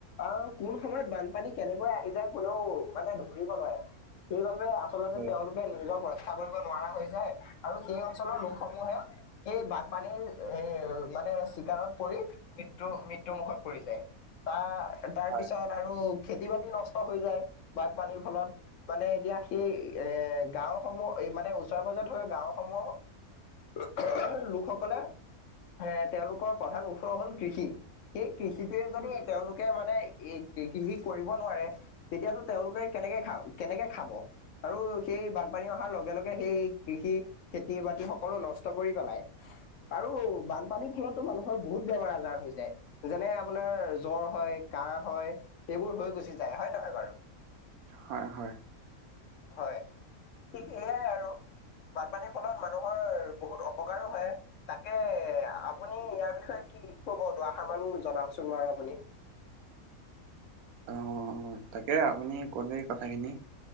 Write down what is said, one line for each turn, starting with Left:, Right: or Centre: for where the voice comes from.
Left: আৰু কোন সময়ত বানপানী কেনেকৈ আহি যায় কোনেও মানে ধৰিব নোৱাৰে। সেইবাবে আচলতে
Right: হয়
Left: তেওঁলোকে নিজক ৰক্ষা কৰিব নোৱাৰা হৈ যায় আৰু সেই অঞ্চলৰ লোকসমূহে সেই বানপানীৰ এ মানে চিকাৰত পৰি মৃত্যু মৃত্যু মুখত পৰি তা তাৰপিছত
Right: হয়
Left: আৰু খেতি - বাতি নষ্ট হৈ যায় বানপানীৰ ফলত। মানে এতিয়া সেই এ গাওসমূহ এই মানে ওচৰে - পাজৰে থকা গাওঁসমূহ অ অহ, লোকসকলে এ তেওঁলোকৰ প্ৰধান ওচৰ হ'ল কৃষি সেই কৃষিটোয়ে যদি তেওঁলোকে মানে এ কৃষি কৰিব নোৱাৰে। তেতিয়াতো তেওঁলোকে কেনেকে খা কেনেকে খাব? আৰু সেই বানপানী অহাৰ লগে লগে সেই কৃষি খেতি - বাতি সকলো নষ্ট কৰি পেলায় আৰু বানপানীৰ ফলতো মানুহৰ বহুত বেমাৰ আ জাৰ হৈ যায়, যেনে আপোনাৰ জ্বৰ হয়, কাঁহ হয়। সেইবোৰ হৈ গুচি যায়। হয়নে নহয় বাৰু?
Right: হয়, হয়।
Left: হয়, ঠিক সেয়াই আৰু। বানপানীৰ ফলত মানুহৰ বহুত অপকাৰো হয়। তাকে আপুনি ইয়াৰ বিষয়ে কি কব দুআশাৰ মান জনাওঁকচোন বাৰু আপুনি?
Right: অ, তাকে আপুনি ক'লেই কথাখিনি